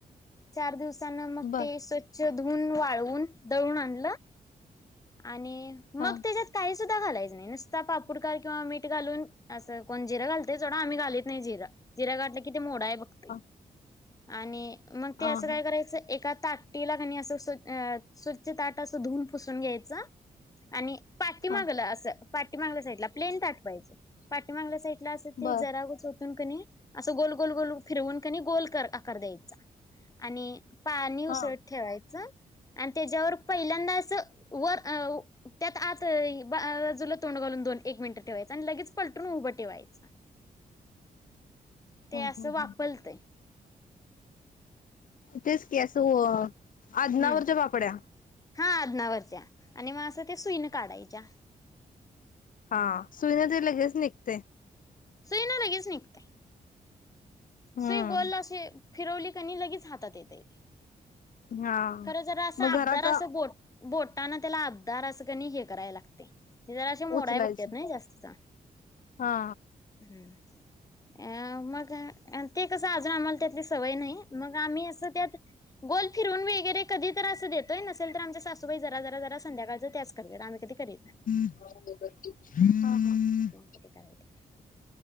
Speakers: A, on the left; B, on the left.
A: चार दिवस सण मुक्ती
B: बर
A: स्वच्छ धून वाळून दळून आण आणि मग
B: हा
A: त्याच्यात काही सुद्धा घालायच नाही नुसता पापुडकार किंवा मीठ घालून असं कोण जिरां घालतेय तेवढा आम्ही घालीत नाही जिरा जिरााडला कती मोडा आहे वक्त
B: हा
A: आणि मग
B: हा
A: ते असं काय
B: हा
A: करायचं एका ताटीला क अस स्व स्वच्छ ताट असं धुून पुसून घ्यायचं आणि पाठी मागलं
B: हा
A: असं पाटीमाांगल्या साईडला प्लेन ताट पाहिजे पाटीमाांगल्या साईड
B: बर
A: जराच हो तुम कने असं गोल गोल गोल फिरवून कनी गोल कर द्यायचा आणि पाणी उसळत
B: हा
A: ठेवायचं ह आणि त्याच्यावर पहिल्यांदा अस वर अ त्यात आत बाजूला तोंड घालून दोन एक मिनिटं ठेवायचं आणि लगेच पलटून उभं ठेवायच ते
B: हा
A: असं
B: हा
A: वापलती
B: तेच की असं आदनावरच्या
A: हम्म
B: बापड्या
A: हा अदनावरच्या आणि मग असं ते सुईन काढायच्या
B: हा सुईना ते लगेच निघते
A: सुई ना लगेच निघते
B: हम्म.
A: स गल्ला स फिरवली कनी लगेच हातात येते
B: हा
A: खरं जरा असं
B: मग
A: आबदार
B: घरात
A: अस बोट बोटाना त्याला अबदार असं कणी हे करायला लागते ते जरासं मोडाय
B: उचलायचं.
A: बघतात ना जास्तचा
B: हा
A: हम् अ म का ते कसं अजून आम्हाला त्यातली सवय नाही मग आम्ही असं त्यात गोल फिरून वगैरे कधी तर असं देतोय नसेल तर आमच्या सासूबाई जरा जरा जरा संध्याकाळ त्याच कर आम्ही कधी करीत नाही
B: हम्म
A: क कराते